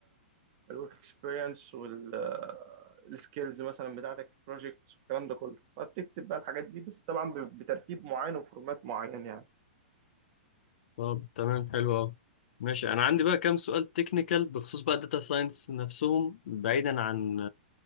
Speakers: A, on the right; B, on the left.
A: الورك اكسبيرينس والسكيلز مثلا بتاعتك في البروجكت والكلام ده كله فبتكتب بقى الحاجات دي بس طبعا ب- بترتيب معين وفورمات معين يعني
B: طب تمام حلو قوي ماشي انا عندي بقى كام سؤال تكنيكال بخصوص بقى الداتا ساينس نفسهم بعيدا عن